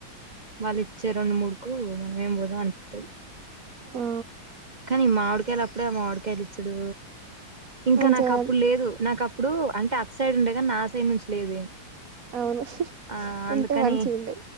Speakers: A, on the right; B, on the right.
A: వాళ్ళు ఇచ్చే రెండు మూడుకు మనం ఏం పోదాం అనిపిస్తుది
B: ఆ
A: కానీ మావిడికాయలు అప్పుడే మావిడికాయలు ఇచ్చడు ఇంకా
B: మంచిగా
A: నాకు అప్పుడు లేదు నాకుప్పు ఇప్పుడు అంటే అత్ సైడ్ ఉండే కానీ నా సైడ్ నుంచి లేదేం
B: అవును
A: ఆ అందుకని
B: ఉంటే మంచిగా ఉండే